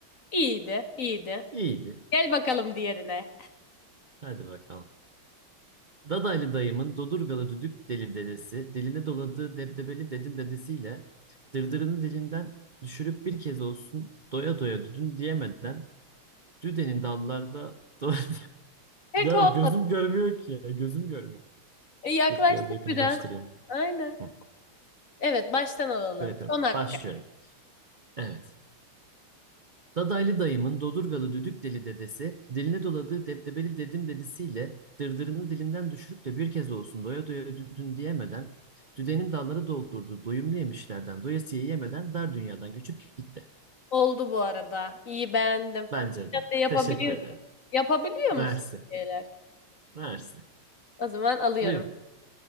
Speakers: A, on the left; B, on the right.
A: İyiydi, iyiydi.
B: İyiydi.
A: Gel bakalım diğerine.
B: Hadi bakalım. Dadaylı dayımın Dodurgalı düdük deli dedesi, diline doladığı debdebeli dedim dedesiyle dırdırını dilinden düşürüp bir kez olsun doya doya düdün diyemeden düdenin dallarda do- <laughs>
A: Pek
B: Ya
A: olmadı.
B: gözüm görmüyor ki ya, gözüm görmüyor.
A: E, yaklaştık
B: Dur biraz yakınlaştırayım.
A: biraz. Aynen.
B: Hı,
A: Evet, baştan alalım.
B: Böyle yapıyorum.
A: Son dakika.
B: Başlıyorum. Evet. Dadaylı dayımın Dodurgalı düdük deli dedesi, diline doladığı debdebeli dedim dedisiyle dırdırını dilinden düşürüp de bir kez olsun doya doya düdün diyemeden, düdenin dallara doldurduğu doyumlu yemişlerden doyasıya yemeden dar dünyadan göçüp gitti.
A: Oldu bu arada. İyi beğendim.
B: Bence de.
A: Sen de yapabiliyorsun.
B: Teşekkür ederim.
A: Yapabiliyor musun
B: Mersi.
A: şeyler?
B: Mersi.
A: O zaman alıyorum.
B: Buyurun.